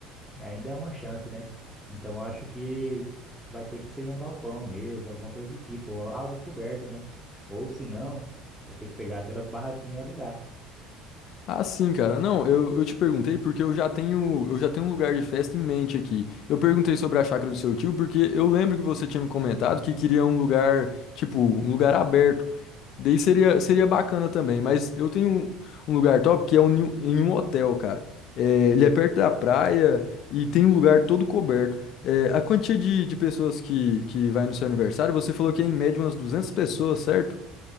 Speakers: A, in the centre; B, on the left.
A: Ainda é uma chance, né? Então eu acho que vai ter que ser em um galpão mesmo, alguma coisa do tipo, ou algo coberto, né? Ou se não, vai ter que pegar aquelas barraquinhas e alugar.
B: Ah, sim, cara. Não, eu, eu te perguntei porque eu já tenho, eu já tenho um lugar de festa em mente aqui. Eu perguntei sobre a chácara do seu tio porque eu lembro que você tinha me comentado que queria um lugar, tipo, um lugar aberto. Daí seria, seria bacana também, mas eu tenho um um lugar top que é um, em um um hotel, cara. É, ele é perto da praia e tem um lugar todo coberto. É, a quantia de, de pessoas que, que vai no seu aniversário, você falou que é em média umas 200 pessoas, certo?